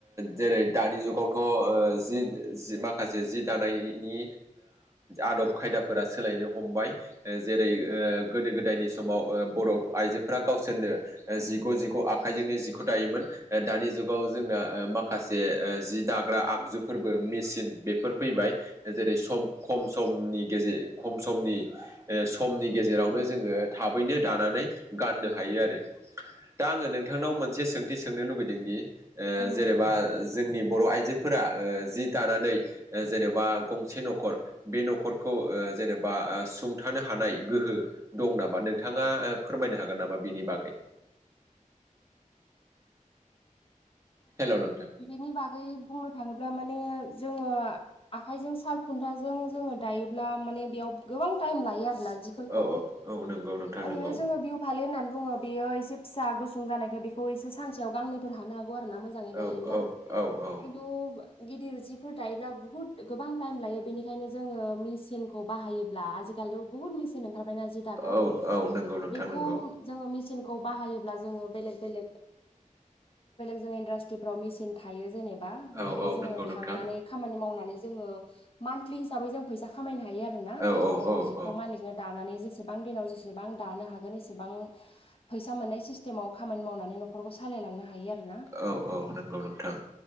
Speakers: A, on the right; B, on the left.
A: जेरै दानि जुगावथ' जि माखासे जि दानायनि आदब खायदा फोर सोलायनो हमबाय जेरै गोदो गोदायनि समाव बर' आइजोफोरा गावसोरनो जिगु जिगु आखाइजोंनो जिखौ दायोमोन दानि जाव जोंना माखासे जि दाग्रा आगु फोरबो मेचन बेफोर फैबाय जेरै सम खम समनि गेजेर खम समनि समनि गेजेरावनो जोङो थाबैनो दानानै गाननो हायो आरो दा आङो नोंथांनाव मोनसे सोंथि सोंनो लुबैदों दि?
B: उम
A: जेनेबा जोंनि बर' आइजोफोरा जि दानानै जेनेबा गंसे न'ख बे न'खौ जेनेबा सुंथानो हानाय गोह द ा नोंथाङा फोरमायनो हागोन नामा बेनि बागै हेल' नोंथां
B: बेनि बागै बुंनो थाङोब्ला माने जोङो आखाइजों साल खुन्थाजों जोङो दायोब्ला माने बेयाव गोबां टाइम लायो आरो
A: औ औ औ नंगौ नोंथां
B: ओैनो
A: नंगौ
B: जोङो बि फालि होननानै बुङो बेयो एसे फिसा गुसुं जानायखाय बेखौ एसे सानसेयाव गांनैफोर हानो हागोन आरोना मोजांङै
A: औ
B: दायोब्ला
A: औ औ
B: खिनथु गिदिर जिफोर दायोब्ला बुहुत गोबां टाइम लायो बेनिखायनो जोङो मेचनखौ बाहायोब्ला आजिखालि' बुहुत ब मिचन ओंखारबायना जि दाग्रा
A: औ औ नंगौ नोंथां
B: बेखौ
A: नंगौ
B: जोंङो मिसिनखौ बाहायोब्ला जोंङो बेलेख बेलेख जोंङो इन्डास्ट्रिफ्राव मेसिन थायो जेनेबा बेहाय
A: औ औ
B: जोङो
A: नंगौ नोंथां
B: थांनानै खामानि मावनानै जोंङो मानथलि हिसाबै जों फैसा खामनो हायो आरोना
A: औ औ
B: जों
A: औ
B: जिखौ
A: औ
B: मालिकनो दानानै ज एसेबां दिनाव जेसेबां दानो हागोन एसेबां फैसा मोननाय सिस्टेमाव खामानि मावनानै नख न'खरखौ सालायलांनो हायो आरो ना
A: औ औ नंगौ नोंथां